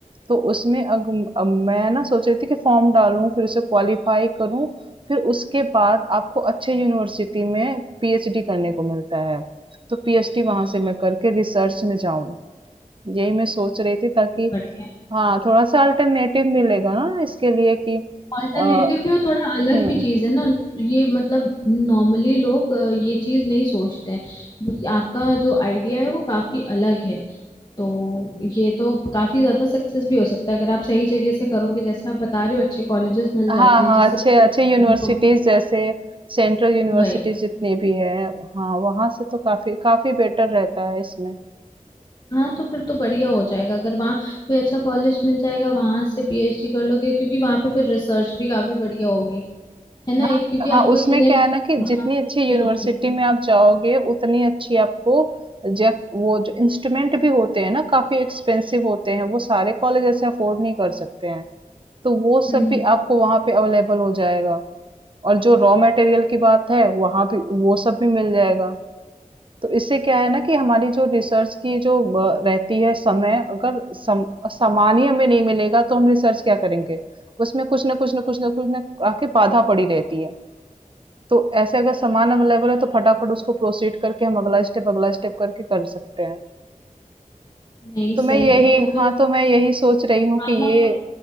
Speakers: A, on the right; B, on the left.
A: तो उसमें अग, अब मैं ना सोच रही थी कि फॉर्म डालूं फिर उसे क्वालिफाई करूं फिर उसके बाद आपको अच्छे यूनिवर्सिटी में पीएचडी करने को मिलता है तो पीएचडी वहां से मैं करके रिसर्च में जाऊं यही मैं सोच रही थी ताकि
B: बढ़िया है
A: हाँ थोड़ा सा अल्टरनेटिव मिलेगा ना इसके लिए कि
B: ऑल्टरनेटिव
A: अ,
B: भी और थोड़ा अलग
A: हम्म
B: भी चीज है ना ये मतलब नॉर्मली लोग अ, ये चीज नहीं सोचते हैं आपका जो आइडिया है वो काफी अलग है तो ये तो काफी ज्यादा सक्सेस भी हो सकता है अगर आप सही जगह से करोगे जैसे आप बता रहे हो अच्छे कॉलेजेस मिल
A: हाँ
B: जाते हैं
A: हाँ
B: जिससे
A: अच्छे
B: <laughs> पीएचडी
A: अच्छे यूनिवर्सिटीज
B: करने को मिलता
A: जैसे
B: है
A: सेंट्रल यूनिवर्सिटीज
B: वही
A: जितनी भी है हाँ वहाँ से तो काफी काफी बेटर रहता है इसमें
B: हाँ तो फिर तो बढ़िया हो जाएगा अगर वहाँ कोई अच्छा कॉलेज मिल जाएगा वहां से पीएचडी कर लोगे क्योंकि वहां पे फिर रिसर्च भी काफी बढ़िया होगी है ना
A: हाँ
B: क्योंकि
A: हाँ
B: आपको
A: उसमें
B: इतने
A: क्या है ना कि
B: वहां
A: जितनी
B: पे
A: अच्छी
B: अच्छे
A: यूनिवर्सिटी
B: लोग मिलेंगे
A: में आप जाओगे उतनी अच्छी आपको जब वो जो इंस्ट्रूमेंट भी होते हैं ना काफी एक्सपेंसिव होते हैं वो सारे कॉलेज ऐसे अफोर्ड नहीं कर सकते हैं तो वो
B: हम्म
A: सब भी
B: हम्म,
A: आपको वहां पे अवेलेबल हो जाएगा और जो रॉ मटेरियल की बात है वहाँ भी वो सब भी मिल जाएगा तो इससे क्या है ना कि हमारी जो रिसर्च की जो अ, रहती है समय अगर सम, सामान ही हमें नहीं मिलेगा तो हम रिसर्च क्या करेंगे उसमें कुछ ना कुछ ना कुछ ना कुछ ना आके बाधा पड़ी रहती है तो ऐसे अगर सामान अवेलेबल है तो फटाफट उसको प्रोसीड करके हम अगला स्टेप अगला स्टेप करके कर सकते हैं
B: नहीं
A: तो
B: सही
A: मैं यही
B: है तो फिर
A: हाँ तो मैं यही सोच रही हूँ
B: आना
A: कि ये
B: तो